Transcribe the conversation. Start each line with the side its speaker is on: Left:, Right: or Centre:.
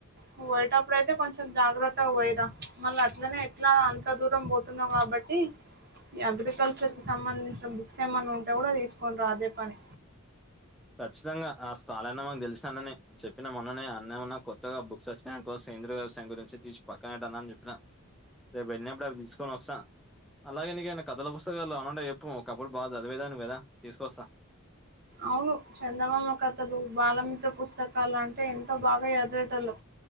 Right: పోయేటప్పుడు అయితే కొంచెం జాగ్రత్తగా పోయదా మళ్ళీ అట్లనే ఎట్లా అంత దూరం పోతు. తున్నా కాబట్టి ఈ అగ్రికల్చర్ కి సంబంధించిన బుక్స్ ఏమైన్నా ఉంటా కూడా తీసుకోని రా అదే పని.
Centre: ఖచ్చితంగా ఆ స్థాలనా మాకు తెలిసా అన్నానే చెప్పిన మొన్ననే అన్నేమొన్నా కొత్తగా బుక్స్ వచ్చిన కోసం సేంద్రియ వ్యవసాయం గురించి తీచ్చి పక్కననే పెట్ట అని చెప్పాను రేపు వెళ్ళినప్పుడు అవి తీసుకొని వస్తాను అలాగే నీకేై కథల పుస్తకాలు అనంట చెప్పుం ఒకప్పుడు బాగా చదివేదాని కదా తీసుకస్తా
Right: అవును చందమామ కథలు బాలమిత్ర పుస్తకాలు అంటే ఎంతో బాగా ఎదివిటెల్లు